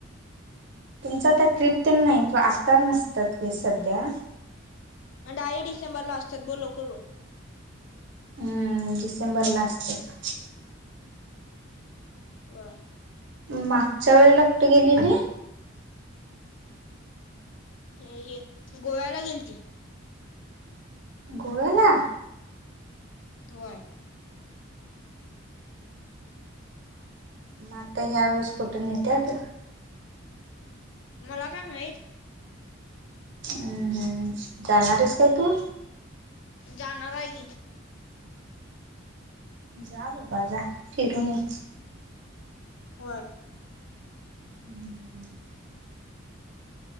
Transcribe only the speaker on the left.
आणि डायरेक्ट डिसेंबर ला असत्यात, बोल लवकर बोल.
व्हय.
हे हे गोव्याला गेलती.
व्हय.
मला काय माहित?
जाणार हाय की
व्हय.